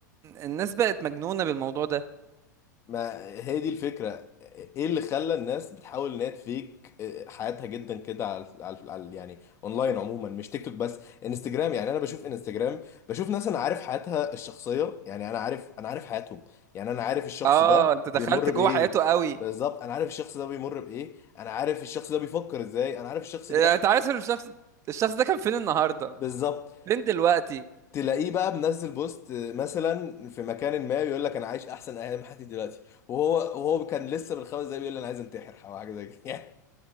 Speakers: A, on the right; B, on the left.
A: الناس بقت مجنونه بالموضوع ده
B: ما هي دي الفكرة ايه اللي خلى الناس بتحاول ان هي تفيك آه، حياتها جدا كده على على على- يعني اونلاين عموما مش تيك توك بس انستجرام يعني انا بشوف انستجرام بشوف ناس انا عارف حياتها الشخصية يعني انا عارف انا عارف حياتهم يعني انا عارف الشخص
A: اه
B: ده
A: انت دخلت
B: بيمر
A: جوه
B: بايه
A: حياته قوي
B: بالظبط انا عارف الشخص ده بيمر بايه انا عارف الشخص ده بيفكر ازاي انا عارف الشخص ده
A: آه، انت عارف الشخص الشخص ده كان فين النهارده
B: بالظبط
A: فين دلوقتي
B: تلاقيه بقى منزل بوست مثلا في مكان ما يقول لك انا عايش احسن ايام حياتي دلوقتي وهو وهو كان لسه من خمس دقايق بيقول لي انا عايز انتحر او حاجه زي كده <laughs> يعني